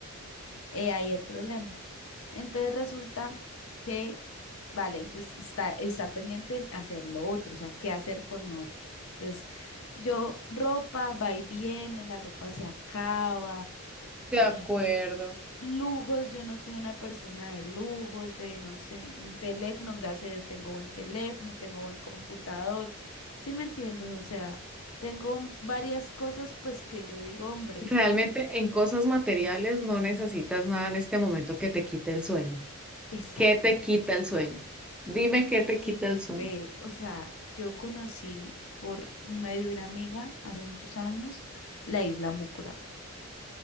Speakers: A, on the left; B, in the centre.
A: He ahí el problema. Entonces resulta que, vale, entonces está, está pendiente en hacer lo otro, o sea, qué hacer con lo otro. Entonces, yo, ropa va y viene, la ropa se acaba.
B: de
A: <laughs>
B: acuerdo.
A: Lujos, yo no soy una persona de lujos, de no sé, un teléfono, gracias a Dios tengo buen teléfono, tengo buen computador, ¿sí me entiendes? O sea, tengo varias cosas pues que yo digo, hombre,
B: Realmente en cosas materiales no necesitas nada en este momento que te quite el sueño.
A: exactamente,
B: ¿Qué te quita el sueño? Dime qué
A: me
B: te
A: quit-
B: quita el sueño.
A: ve, o sea, yo conocí por medio de una amiga hace muchos años la isla Mucura,